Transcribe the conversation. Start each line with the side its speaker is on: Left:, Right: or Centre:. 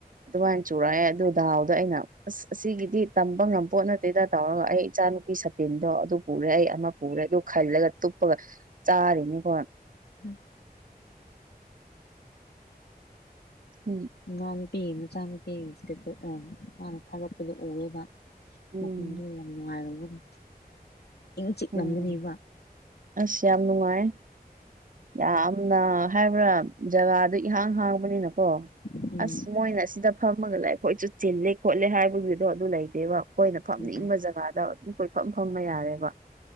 Right: ꯑꯗꯨꯃꯥꯏꯅ ꯆꯨꯔꯛꯑꯦ ꯑꯗꯨ ꯗꯥꯎꯗꯣ ꯑꯩꯅ ꯑꯁ ꯑꯁꯤꯒꯤꯗꯤ ꯇꯝꯕ ꯉꯝꯕ ꯄꯣꯠ ꯅꯠꯇꯦꯗ ꯇꯧꯔꯒ ꯑꯩ ꯏꯆꯥꯅꯨꯄꯤ ꯁꯥꯇꯤꯟꯗꯣ ꯑꯗꯨ ꯄꯨꯔꯦ ꯑꯩ ꯑꯃ ꯄꯨꯔꯦ ꯑꯗꯨ ꯈꯜꯂꯒ ꯇꯨꯞꯄꯒ ꯆꯥꯔꯤꯅꯤꯀꯣ꯫
Left: ꯎꯝ꯫
Right: ꯎꯝ꯫
Left: ꯏꯅꯥ ꯅꯨꯨꯄꯤꯒꯤ ꯃꯆꯥ ꯅꯨꯨꯄꯤꯒꯤ ꯏꯁꯇꯦ ꯃꯥꯅ ꯊꯥꯒꯠꯄꯗꯣ ꯎꯑꯦꯕ꯫
Right: ꯎꯝ
Left: ꯃꯐꯝꯗꯣ ꯌꯥꯝ ꯅꯨꯡꯉꯥꯏꯔꯝꯒꯅꯤ꯫ ꯏꯪ ꯆꯤꯛꯂꯝꯒꯅꯦꯕ
Right: ꯎꯝ꯫ ꯑꯁ ꯌꯥꯝ ꯅꯨꯡꯉꯥꯏ ꯌꯥꯝꯅ ꯍꯥꯏꯕ꯭ꯔꯥ꯫ ꯖꯒꯥꯗꯨ ꯏꯍꯥꯡ ꯍꯥꯡꯕꯅꯤꯅꯀꯣ
Left: ꯎꯝ
Right: ꯑꯁ ꯃꯣꯏꯅ ꯁꯤꯗ ꯐꯝꯃꯒ ꯂꯩ ꯑꯩꯈꯣꯏꯁꯨ ꯆꯤꯜꯂꯦ ꯈꯣꯠꯂꯦ ꯍꯥꯏꯕꯒꯤꯗꯣ ꯑꯗꯨ ꯂꯩꯇꯦꯕ ꯑꯩꯈꯣꯏꯅ ꯐꯝꯅꯤꯡꯕ
Left: ꯎꯝ
Right: ꯖꯒꯥꯗ ꯑꯗꯨ ꯐꯝ ꯐꯝꯕ ꯌꯥꯔꯦꯕ꯫